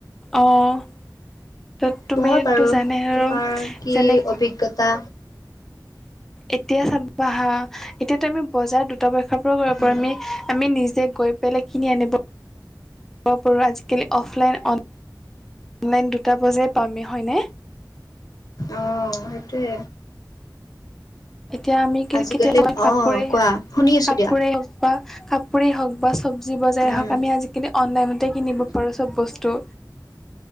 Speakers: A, in the centre; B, on the left (about 60°).
A: অঁ। ত'
B: কোৱা
A: তুমিতো
B: বাৰু
A: জানে
B: তোমাৰ
A: আৰু,
B: কি
A: যেনে
B: অভিজ্ঞতা
A: এতিয়া চাবা হা, এতিয়াতো আমি বজাৰ দুটা পক্ষৰ <unintelligible>
B: উম
A: আমি নিজৰ গৈ পেলে কিনি আনিব <unintelligible> আজিকালি অফলাইন, অন অনলাইন দুটা বজাই পাও আমি হয়নে?
B: অ' সেইটোৱে।
A: এতিয়া আমি
B: আজিকালি
A: কেতিয়াবা কাপোৰে
B: অ কোৱা শুনি আছো
A: কাপোৰে
B: দিয়া
A: হওঁক বা কাপোৰেই হওক বা চব্জি বজাৰে
B: উম
A: হওক, আমি আজিকালি অনলাইনতে কিনিব পাৰোঁ চব বস্তু।